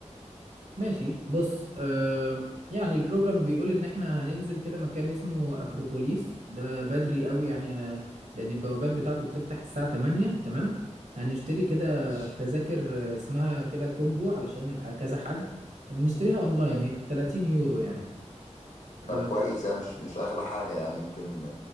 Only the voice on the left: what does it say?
ماشي
حلو
طب كويس يعني مش مش اغلى حاجه يعني ممكن